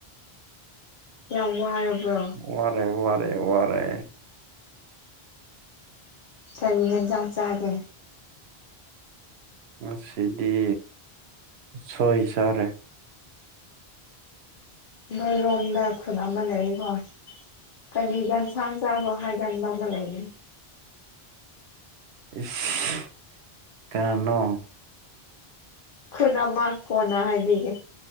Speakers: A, on the left; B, on the right.
A: ꯌꯥꯝ ꯋꯥꯔꯕ꯭ꯔꯣ
B: ꯋꯥꯔꯦ ꯋꯥꯔꯦ ꯋꯥꯔꯦ
A: ꯀꯔꯤ ꯍꯦꯟꯖꯥꯡ ꯆꯥꯒꯦ
B: ꯉꯁꯤꯗꯤ ꯎꯁꯣꯏ ꯆꯥꯔꯦ
A: ꯅꯣꯏꯔꯣꯝꯗꯥ ꯈꯨꯟ ꯑꯃ ꯂꯩꯔꯤꯀꯣ ꯀꯔꯤ ꯒꯟꯁꯥꯡ ꯆꯥꯕ꯭ꯔꯣ ꯍꯥꯏꯒꯟꯕ ꯑꯃ ꯂꯩꯕꯅꯤ
B: ꯏꯁ ꯀꯥꯅꯅꯣ
A: ꯈꯨꯟ ꯑꯃ ꯀꯣꯟꯅ ꯍꯥꯏꯕꯤꯒꯦ